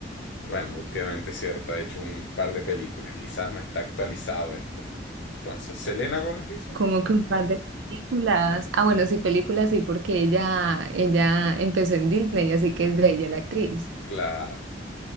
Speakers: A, on the left (about 65°); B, on the right (about 70°).
A: Bueno, últimamente cierto, ha hecho un par de películas. Quizás no está actualizado esto. Entonces, ¿Selena Gómez dices?
B: como que un par de películas. Ah, bueno, sí, películas, sí, porque ella, ella empezó en Disney, así que es de ella la actriz.
A: Claro.